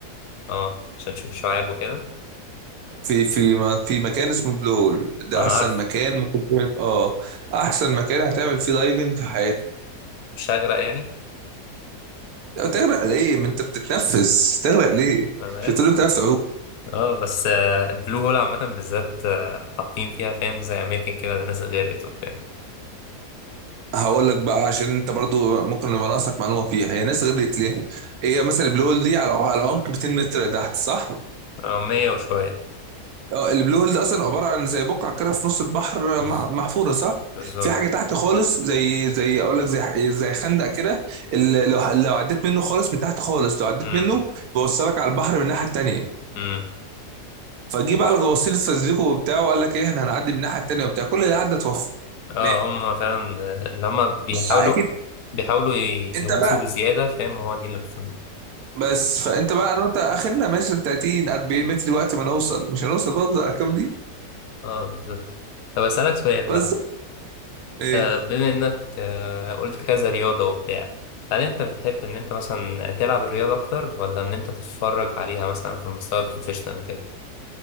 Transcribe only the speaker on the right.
في في ما- في مكان اسمه بلو هول ده
احسن
مكان ممكن تعمل اه احسن مكان هتعمل فيه دايفنج في حياتك
تغرق ليه ما انت بتتنفس تغرق ليه
مش بتقول لي بتعرف تعوم
هقول لك بقى عشان انت برضو ممكن يبقى ناقصك معلومه فيها هي ناس غرقت ليه هي مثلا البلو هول دي على على عمق 200 متر تحت صح
اه البلو هول ده اصلا عباره عن زي بقعه كده في نص البحر
آه، مع- محفوره صح
في حاجه تحت خالص زي زي اقول لك زي زي خندق كده اللي- لو لو عديت منه خالص من تحت خالص لو عديت
منه بيوصلك على البحر من الناحيه التانيه
فجي بقى الغواصين استزلكوا وبتاع وقال لك ايه احنا هنعدي من الناحيه التانيه وبتاع كل اللي عدى توفى
ماشي
آه، اكيد
انت
بقى
بس فانت بقى انا وانت اخرنا مثلا 30 40 متر وقت ما نوصل مش هنوصل برضه الارقام دي
بس ايه